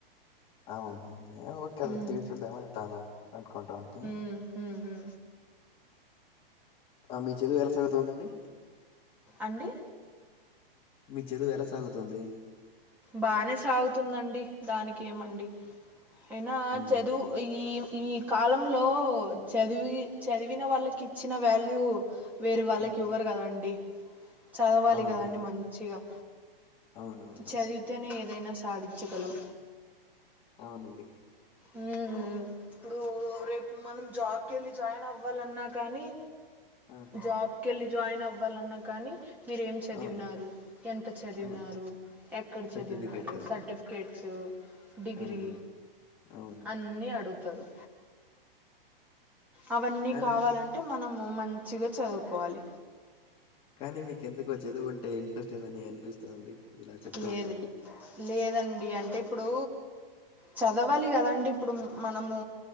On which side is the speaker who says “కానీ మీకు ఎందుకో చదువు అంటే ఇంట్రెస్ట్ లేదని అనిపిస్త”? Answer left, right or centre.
Left